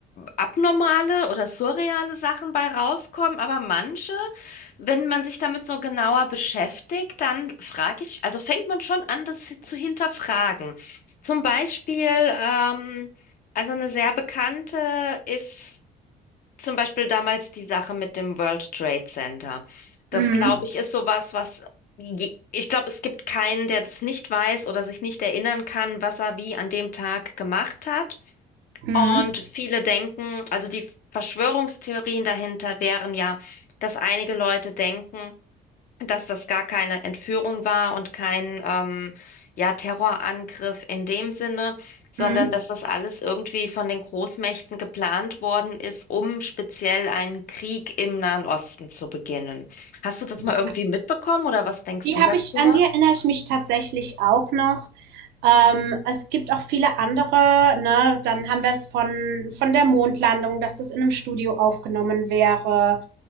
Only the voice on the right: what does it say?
Mhm.
Mhm.
Mhm.
Ja.
Die
habe
ich, an die erinnere ich mich tatsächlich auch noch. Ähm, es gibt auch viele andere, ne? Dann haben wir es von, von der Mondlandung, dass das in einem Studio aufgenommen wäre.